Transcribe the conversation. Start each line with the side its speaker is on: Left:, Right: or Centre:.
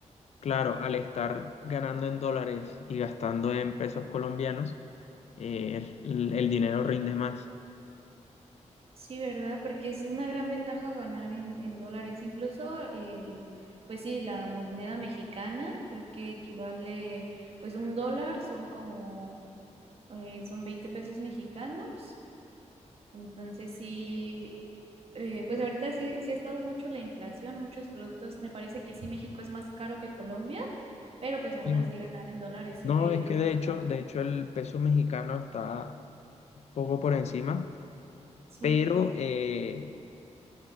Left: claro, al estar ganando en dólares y gastando en pesos colombianos, eh, el el dinero rinde más.
Right: sí, ¿verdad? Porque es una gran ventaja ganar en, en dólares. Incluso el, pues sí, la moneda mexicana creo que equivale, pues un dólar son como, eh, son 20 pesos mexicanos. Entonces sí, eh, pues ahorita sí, sí ha estado mucho la inflación, muchos productos. Me parece que sí, México es más caro que Colombia, pero pues aún
Left: Sí.
Right: así ganar en dólares sí
Left: No,
Right: te ayuda
Left: es que de
Right: bastante.
Left: hecho, de hecho el peso mexicano está poco por encima,
Right: Sí,
Left: pero eh,